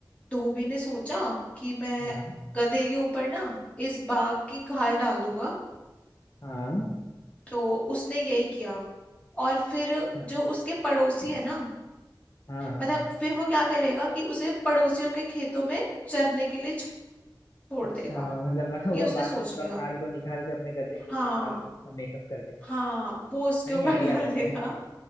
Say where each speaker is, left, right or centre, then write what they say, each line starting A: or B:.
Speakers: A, on the left; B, on the left.
A: धोबी ने सोचा कि मैं
B: हाँ
A: गधे के ऊपर ना इस बाघ की खाल डाल दूंगा
B: हाँ
A: तो उसने यही किया और फिर
B: अच्छा
A: जो उसके पड़ोसी है ना
B: हाँ हाँ
A: मतलब फिर वो क्या करेगा कि उसे पड़ोसियों के खेतों में चरने के लिए छोड़
B: अच्छा
A: देगा
B: मतलब मरा हुआ
A: ये उसने
B: बाघ
A: सोच
B: का पूरा
A: लिया
B: खाल को निकाल के अपने गधे के ऊपर
A: हाँ
B: डाल के उसका मेकअप कर देगा
A: हाँ वो उसके
B: सही
A: ऊपर
B: आइडिया
A: <laughs> डाल
B: वैसे
A: देगा